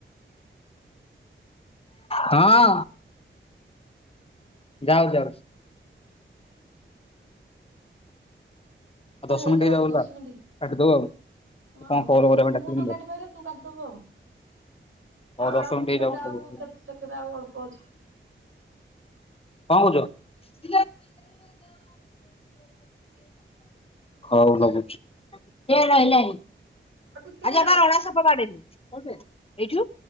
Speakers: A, on the left; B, on the right.
A: ହଁ ଯାଉ ଯାଉଛି।
B: ହଁ
A: ଆଉ ଦଶ
B: ହେଇଯାଉ
A: ମିିନିଟ ହେଇ ଯାଉ ହେଲା,
B: ଦଶ ମିନିଟ୍।
A: କାଟିଦବୁ ଆଉ।
B: ହଁ
A: କଣ କଲ୍ କରିବା
B: ତୁ
A: ପାଇଁ
B: ମୁଁ
A: ଡାକିଲୁନି
B: ନ କାଟି
A: ମୋର
B: ପାରିଲେ ତୁ କାଟିଦବୁ ଆଉ।
A: ହଉ
B: ଆଉ
A: ଦଶ
B: ଆଉ
A: ମିନିଟ୍ ହେଇଯାଉ
B: କେତେ
A: କଣ
B: ଆଉ
A: କହୁଛ?
B: କେତେ ସେକେଣ୍ଡ ଆଉ ଅଳ୍ପ ଅଛି।
A: କଣ କହୁଛ? ହଉ ଲଗଉଛି। ସେ ରହିଲାଣି।
B: ଆଉ ଟିକେ
A: ଆଜି ଆମର
B: ଯାଉ।
A: ରଣା ସାପ ବାଡେଇଲୁ, ଏଇଠୁ।